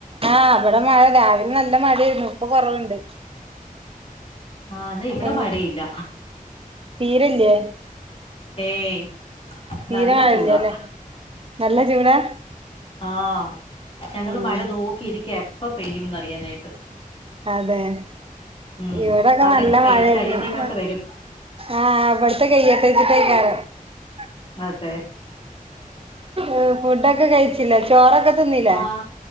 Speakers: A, on the right; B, on the left.
A: ആഹ് അവിടെ മഴ രാവിലെ നല്ല മഴായിരുന്നു ഇപ്പൊ കൊറവുണ്ട്
B: ആഹ അതാ ഇവിടെ
A: എങ്ങ്
B: മഴയില്ല
A: തീരല്ലേ
B: ഏയ്
A: തീരെ
B: നല്ല
A: മഴയില്ലല്ലേ
B: ചൂടാ
A: നല്ല ചൂടാ
B: ആഹ ഞങ്ങള്
A: ഉം
B: മഴ നോക്കിയിരിക്കേ ഇപ്പ പെയ്യുംന്ന് അറിയാനായിട്ട്.
A: അതെ
B: ഉം
A: ഇവ്ടൊക്കെ
B: അവിടെയൊക്കെ
A: നല്ല
B: പെയ്ത്
A: മയേര്ന്നു
B: കഴിയുമ്പോ ഇങ്ങോട്ട്
A: അ
B: വരും
A: ആ ഇവിട്ത്തെ കൈയ <unintelligible>
B: അതെ
A: ഏ ഫുടൊക്കെ കഴിച്ചില്ലെ ചോറൊക്കെ തിന്നില്ലേ
B: ആ